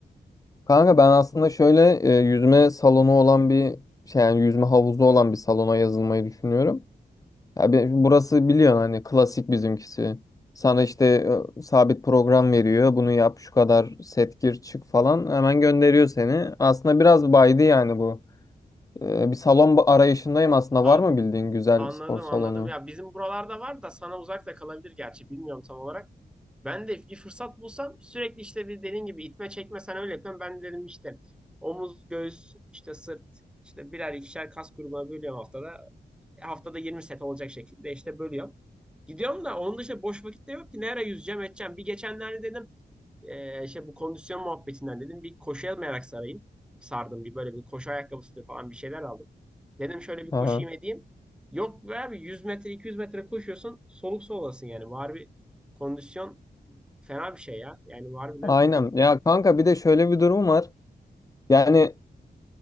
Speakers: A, on the left (about 20°); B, in the centre.
A: Kanka ben aslında şöyle e, yüzme salonu olan bir şey yani yüzme havuzu olan bir salona yazılmayı düşünüyorum. Ya be- burası biliyorsun hani klasik bizimkisi. Sana işte e, sabit program veriyor. Bunu yap şu kadar set gir çık falan hemen gönderiyor seni. Aslında biraz baydı yani bu. E, bir salon ba- arayışındayım aslında
B: A-
A: var mı bildiğin güzel
B: anladım
A: spor salonu?
B: anladım. Ya bizim buralarda var da sana uzak da kalabilir gerçi. Bilmiyorum tam olarak. Ben de bir fırsat bulsam sürekli işte bir dediğin gibi itme çekme sen öyle yapıyorsun. Ben de dedim işte omuz, göğüs, işte sırt, işte birer ikişer kas grubuna bölüyorum haftada. haftada 20 set olacak şekilde işte bölüyorum. Gidiyorum da onun dışında boş vakit de yok ki. Ne ara yüzeceğim edeceğim. Bir geçenlerde dedim e, işte bu kondisyon muhabbetinden dedim bir koşuya merak sarayım. Sardım bir böyle bir koşu ayakkabısı falan bir şeyler aldım. Dedim şöyle bir koşayım
A: Aha.
B: edeyim. Yok be abi 100 metre 200 metre koşuyorsun soluk solasın yani. Var bir kondisyon fena bir şey ya. Yani harbiden
A: Aynen.
B: de-
A: Ya kanka bir de şöyle bir durum var. Yani